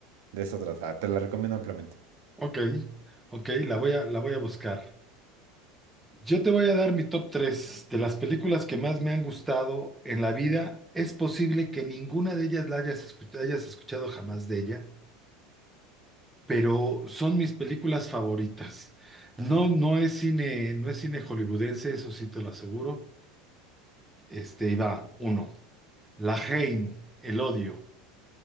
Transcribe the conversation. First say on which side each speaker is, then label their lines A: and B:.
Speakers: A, on the right; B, in the centre.
A: de eso trata. Ah, Te la recomiendo ampliamente.
B: Ok, ok, la voy a, la voy a buscar. Yo te voy a dar mi top 3 de las películas que más me han gustado en la vida. Es posible que ninguna de ellas la hayas, escu- hayas escuchado jamás de ella, pero son mis películas favoritas. No, no es cine, no es cine hollywoodense, eso sí te lo aseguro. Este, y va, uno. La Haine, El odio.